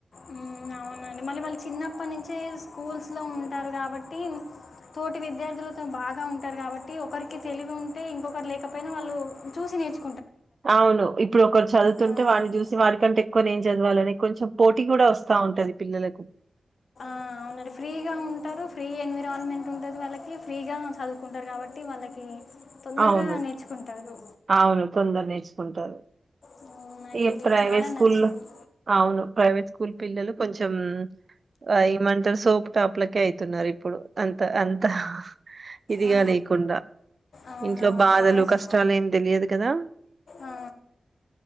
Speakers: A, on the left (about 60°); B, on the right (about 45°).
A: ఉ అవునండి మ వాళ్ళు చిన్నప్పటి నుంచే స్కూల్స్ లో ఉంటారు కాబట్టి తోటి విద్యార్థులతో బాగా ఉం టారు కాబట్టి ఒకరికి తెలివి ఉంటే ఇంకొకరు లేకపోయినా వాళ్ళు చూసి నేర్చు
B: అవును ఇప్పుడు ఒకరు చదువుతుంటే
A: హ్మ్.
B: వారిని చూసి వారి కంటే ఏక్ కొని ఏం చదవాలని కొంచెం పోటీ కూడా వస్తా ఉంటది పిల్లలకు
A: ఆ అవుండి ఫ్రీగా ఉ టారు ఫ్రీ ఎన్విరాన్మెంట్ ఉంటది వాళ్ళకి ఫ్రీగా చదువుకుంటారు కాబట్టి వాళ్ళకి తొందరగా
B: అవును.
A: నేర్చుకుంటారు
B: అవును తొందర నేర్చుకుంటారు
A: హ్మ్. నాకిది
B: ఈ ప్రైవేట్
A: చాలా
B: స్కూల్లో
A: నచ్చింది.
B: అవును ప్రైవేట్ స్కూల్ పిల్లలు కొంచం ఆ ఏమంటారు సోపు టాప్లకే అయితున్నారు ఇప్పుడు అంత అంతా ఇది
A: ఆ!
B: కాదు ఈ కొండ
A: అవునవును.
B: ఇంట్లో బాధలు
A: బాగా స్
B: కష్టాలు ఏం తెలియదు కదా
A: ఆ!